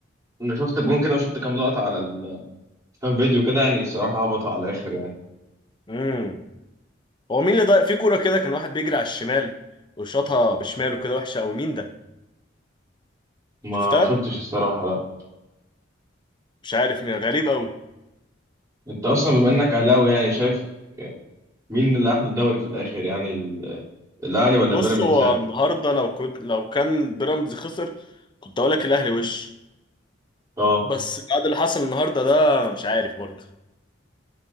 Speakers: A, on the right (about 15°); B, on the left (about 25°).
A: انا شفت الجون كده وشفت كام لقطه على ال كان فيديو كده يعني الصراحة عبط على الآخر يعني
B: امم هو مين اللي ضايق في كوره كده كان واحد بيجري على الشمال وشاطها بشماله كده وحشه قوي مين ده
A: ما
B: شفتها
A: شفتش الصراحة لا
B: مش عارف مين غريب قوي
A: أنت أصلا بما إنك أهلاوي يعني شايف مين اللي أخد الدوري في الآخر يعني ال- الأهلي ولا
B: بص
A: بيراميدز
B: هو
A: يعني
B: النهارده لو كنت لو كان بيراميدز خسر كنت اقول لك الاهلي وش
A: أه
B: بس بعد اللي حصل النهارده ده مش عارف برضه